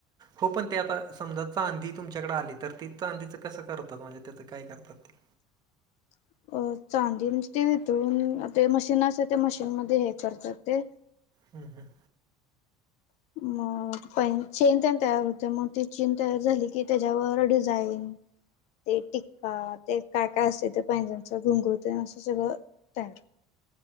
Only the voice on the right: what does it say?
हो पण ते आता समजा चांदी तुमच्याकडे आली तर ती चांदीच कसं करतात म्हणजे त्याचं काय करतात ते
हम् हम